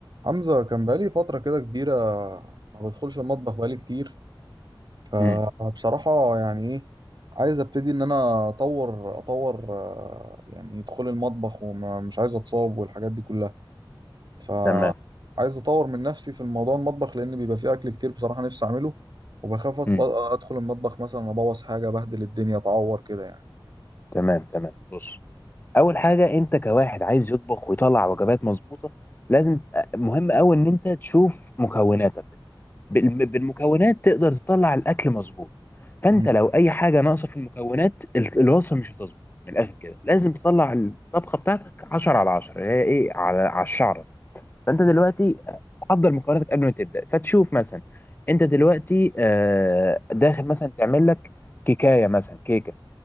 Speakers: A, on the right (about 50°); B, on the left (about 20°).
A: حمزة كان بقالي فترة كده كبيرة ما بدخلش المطبخ بقالي كتير فبصراحة
B: امم
A: يعني ايه عايز ابتدي ان انا اطور اطور آه، يعني دخول المطبخ ومش عايز اتصاب والحاجات دي كلها فعايز
B: تمام
A: اطور من نفسي في الموضوع المطبخ لان بيبقى فيه اكل كتير بصراحة نفسي اعمله وبخاف أط-
B: امم
A: ادخل المطبخ مثلا ابوظ حاجة بهدل الدنيا اتعور كده يعني
B: تمام تمام بص اول حاجه انت كواحد عايز يطبخ ويطلع وجبات مظبوطه لازم مهم قوي ان انت تشوف مكوناتك بالم- بالمكونات تقدر تطلع الاكل مظبوط فانت
A: مم.
B: لو اي حاجه ناقصه في المكونات ال- الوصفه مش هتظبط من الاخر كده لازم تطلع الطبخه بتاعتك 10 على 10 هي ايه على على الشعره فانت دلوقتي تحضر مكوناتك قبل ما تبدا فتشوف مثلا انت دلوقتي آه، داخل مثلا تعمل لك كيكايه مثلا كيكه